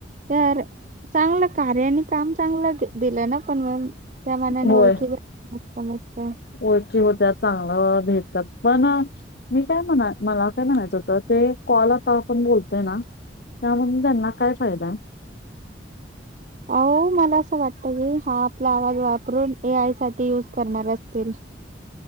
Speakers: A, on the right; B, on the left.
A: तर चांगल कार्य आणि काम चांगल दिलं ना कमवून.... त्या मनाने
B: होय
A: ओळखी मस्त मस्त...
B: ओळखी होत्या चांगलं भेटतात पण.... मी काय म्हणा मला काय म्हणायचं होतं ते कॉल आता पण बोलतोय ना... त्या म्हनुण त्यांना काय फायदा...
A: अहो मला असं वाटत की हा आपला आवाज वापरून ए आय साठी यूज करणार असतील.